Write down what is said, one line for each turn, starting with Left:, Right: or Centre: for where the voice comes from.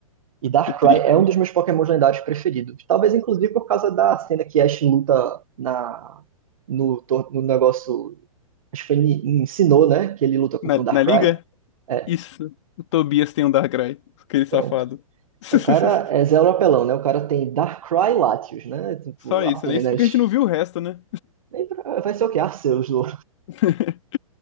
Right: E Darkrai
Left: O Trico
Right: é
Left: é muito...
Right: um dos meus Pokémons lendários preferidos. Talvez, inclusive, por causa da cena que Ash luta na, no, tor- no negócio. Acho que foi em em Sinnoh, né? Que ele luta contra
Left: Na,
Right: um Darkrai.
Left: na liga?
Right: É,
Left: Isso. O Tobias tem um Darkrai, aquele safado.
Right: pronto.
Left: <laughs>
Right: É, O cara é zero apelão, né? O cara tem Darkrai Latios, né? Tipo,
Left: Só isso,
Right: apenas.
Left: né? Isso porque a gente não viu o resto, né?
Right: Nem pra- Vai ser o quê? Arceus, do
Left: <laughs>